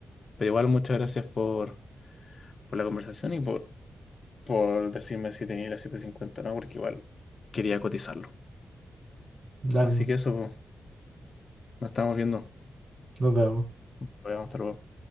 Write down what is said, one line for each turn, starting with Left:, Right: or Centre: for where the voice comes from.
Left: Pero igual, muchas gracias por, por la conversación y por por decirme si tenía la 750 o no, porque igual quería cotizarlo.
Right: Ya,
Left: Así que eso, pues, nos estamos viendo.
Right: Nos vemos.
Left: Pues, Hasta luego.